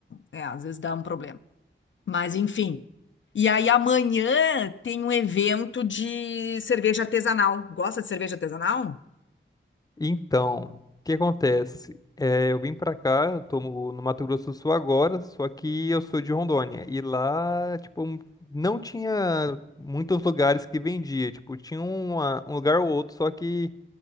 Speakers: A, on the left (about 65°); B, on the left (about 20°).
A: é, às vezes dá um problema. Mas, enfim. E aí, amanhã tem um evento de cerveja artesanal. Gosta de cerveja artesanal?
B: Então, o que acontece? É, eu vim pra cá, eu tô no no Mato Grosso do Sul agora, só que eu sou de Rondônia. E lá, tipo, não tinha muitos lugares que vendia. Tipo, tinha uma- um lugar ou outro, só que